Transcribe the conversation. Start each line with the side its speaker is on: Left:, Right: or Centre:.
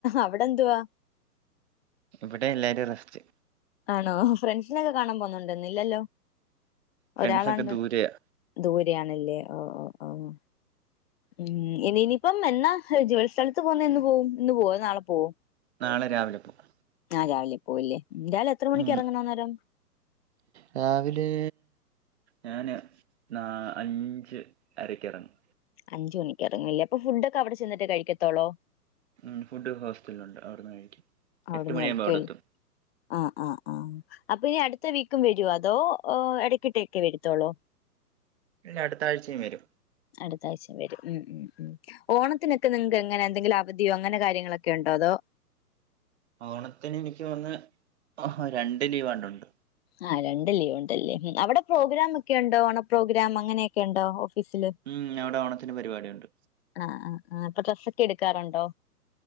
Left: അവിടെന്തുവാ?
Right: ഇവിടെ എല്ലാരും റസ്റ്റ്
Left: ആണോ ഫ്രണ്ട്സിനൊക്കെ കാണാൻ പോന്നുണ്ടോ ന്നില്ലല്ലോ
Right: ഫ്രണ്ട്സൊക്കെ
Left: ഒരാളാണ്ട്
Right: ദൂരെയാ
Left: ദൂരയാണല്ലേ ഓഹ് ഓഹ് ഓഹ് ഉം ഇനിനിപ്പൊ എന്നാ ജോലി സ്ഥലത്ത് പോകുന്നെ എന്ന് പോവും ഇന്ന് പോകോ അതോ നാളെ പോകോ
Right: നാളെ രാവിലെ പോകു
Left: നാളെ രാവിലെ പോവല്ലേ രാവിലെ എത്ര മണിക്ക്
Right: ഉം
Left: ഇറങ്ങണന്നേരം
Right: രാവിലെ ഞാന് നാ അഞ്ച് അരക്ക എറങ്ങും
Left: അഞ്ചു മണിക്ക് ഇറങ്ങുല്ലേ അപ്പൊ ഫുഡൊക്കെ അവടെ ചെന്നിട്ടേ കഴിക്കത്തോളോ
Right: ഉം ഫുഡ് ഹോസ്റ്റല്ണ്ട് അവിടന്ന് കഴിക്കും
Left: അവിടുന്ന്
Right: എട്ട് മണിയാകുമ്പോ
Left: കഴിക്കു
Right: അവിടെ എത്തും
Left: അ ആഹ് ആഹ് ആഹ് അപ്പൊനി അട്ത്ത വീക്കും വെരോ അതോ ഇടക്കെട്ടെക്കെ വരത്തൊള്ളൂ
Right: ഇല്ല അടുത്ത ആഴ്ചയും വരും
Left: അട്ത്ത ആഴ്ച്ച വരും ഉം ഉം ഉം ഓണത്തിനക്കെ നിങ്ങക്ക് എങ്ങനാ എന്തെങ്കിലും അവധിയോ അങ്ങനെ കാര്യങ്ങളൊക്കെ ണ്ടോ അതോ
Right: ഓണത്തിന് ഇനിക്ക് തോന്ന്ന്ന് ഹഹാ രണ്ട് ലീവാണ്ടുണ്ട്
Left: ആഹ് രണ്ട് ലീവ്ണ്ടല്ലേ അവടെ പ്രോഗ്രാമൊക്കെ ഉണ്ടോ ഓണപ്രോഗ്രാം അങ്ങനെയക്കെ ണ്ടോ ഓഫീസില്
Right: ഉം അവിടെ ഓണത്തിന് പരിപാടിയുണ്ട്
Left: ആഹ ആഹ് ആഹ് അപ്പൊ ഡ്രസ്സക്കെ എടുക്കാറുണ്ടോ